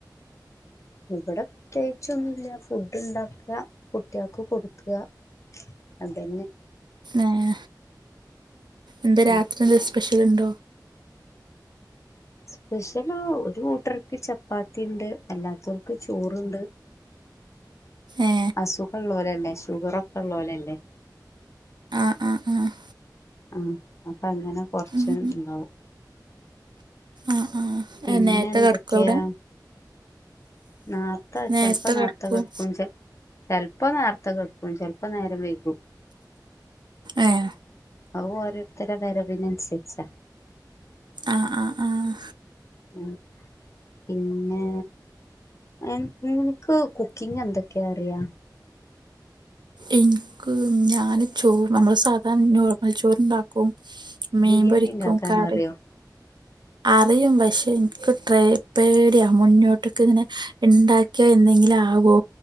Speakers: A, on the left; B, on the right.
A: ഇബടെ പ്രത്യേകിച്ചൊന്നുല്ലാ ഫുഡ് ഇണ്ടാക്കാ കുട്ടിൾക്ക് കൊടുക്കാ അതെന്നെ
B: ഏഹ് എന്താ
A: ഉം
B: രാത്രി എന്തേ സ്പെഷ്യൽ ഇണ്ടോ
A: സ്പെഷ്യല് ഒരു കൂട്ടർക്ക് ചപ്പാത്തിണ്ട് അല്ലാത്തവർക്ക് ചോറ്ണ്ട്
B: ഏ
A: അസുഖള്ളോലല്ലെ ഷുഗറൊക്കെ ഇള്ളോലല്ലേ
B: ആഹ് ആഹ് ആഹ്
A: ആഹ് അപ്പങ്ങനെ കൊർച്ച്
B: ഉം ഉം
A: ഇണ്ടാവും
B: ആഹ് ആഹ്
A: പിന്നെ
B: നേരത്തെ
A: എന്തെക്കെയാ
B: കെടക്കോ അവിടെ
A: നാർത്തെ
B: നേരത്തെ
A: ചെൽപ്പം നാർത്തെ
B: കെടക്കും
A: കെട്ക്കും ചെ ചെൽപ്പം നേർത്തെ കെട്ക്കും ചെൽപ്പം നേരം വൈകും
B: ഏഹ്
A: അവു ഓരോര്ത്തരെ വരവിനന്സരിച്ചാ
B: ആഹ് ആഹ് ആഹ്
A: ഉം പിന്നേ എൻ നിനക്ക് കുക്കിങ്ങ് എന്തക്കെയാ അറിയാ
B: എൻക്ക് ഞാന് ചോ നമ്മളെ സാധാ നോർമൽ ചോറ്ണ്ടാക്കും മീൻപൊരിക്കും
A: ബിരിയാണി ഇണ്ടാക്കാൻ
B: കറി
A: അറിയോ
B: അറിയും പക്ഷെ ഇൻക്ക് ട്രേ പേടിയാ മുന്നോട്ട്ക്ക് ഇങ്ങനെ ഇണ്ടാക്കിയാ എന്തെങ്കിലും ആവോ